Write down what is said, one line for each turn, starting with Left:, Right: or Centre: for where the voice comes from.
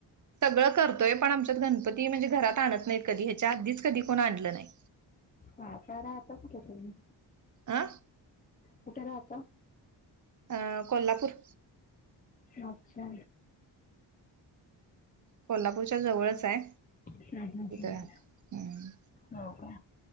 Right: सगळं करतोय पण, आमच्यात गणपती म्हणजे घरात आणत नाहीत कधी ह्याच्या आधीच कधी कोण आणलं नाही.
Left: हा तर राहत कुठे तुम्ही?
Right: आं.
Left: कुटे राहता?
Right: अ, कोल्हापूर
Left: अच्छा!
Right: कोल्हापूरच्या जवळच आहे.
Left: हम्,
Right: तिथं
Left: ह्,
Right: राहते. हम्म
Left: हो का?